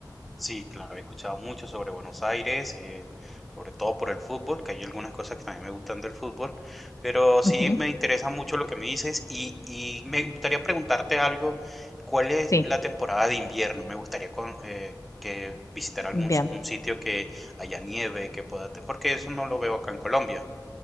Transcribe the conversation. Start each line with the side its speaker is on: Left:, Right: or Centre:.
Centre: Sí, claro, he escuchado mucho sobre Buenos Aires, eh, sobre todo por el fútbol, que hay algunas cosas que también me gustan del fútbol, pero sí
Left: Ujú,
Centre: me interesa mucho lo que me dices y, y me gustaría preguntarte algo, ¿cuál es
Left: Sí,
Centre: la temporada de invierno? Me gustaría con- eh, que visitar algún
Left: bien.
Centre: s- un sitio que haya nieve, que pueda, te- porque eso no lo veo acá en Colombia.